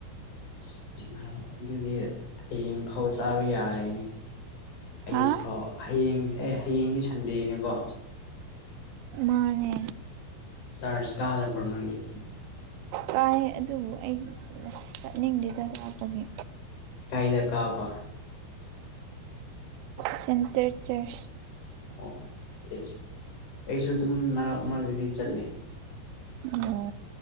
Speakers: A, on the left; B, on the right.
A: ꯑꯁ ꯑꯗꯨꯗꯤ ꯍꯌꯦꯡ ꯐꯥꯎ ꯆꯥꯕ ꯌꯥꯔꯦꯅꯦ꯫ ꯑꯌꯨꯛ
B: ꯍꯥ
A: ꯐꯥꯎ ꯍꯌꯦꯡ ꯑꯦ ꯍꯌꯦꯡꯗꯤ ꯁꯟꯗꯦꯅꯦꯀꯣ꯫
B: ꯃꯥꯟꯅꯦ
A: ꯆꯔꯁ ꯀꯥꯗꯕꯔꯣ ꯅꯪꯗꯤ
B: ꯀꯥꯏ ꯑꯗꯨꯕꯨ ꯑꯩ ꯑꯁ ꯆꯠꯅꯤꯡꯗꯦꯗ ꯂꯥꯞꯄꯒꯤ꯫
A: ꯀꯩꯗ ꯀꯥꯕ
B: ꯁꯦꯟꯇꯔ ꯆꯔꯆ
A: ꯑꯣ ꯑꯦ ꯑꯩꯁꯨ ꯑꯗꯨꯝ ꯃꯔꯛ ꯃꯔꯛꯇꯗꯤ ꯆꯠꯂꯦ꯫
B: ꯑꯣ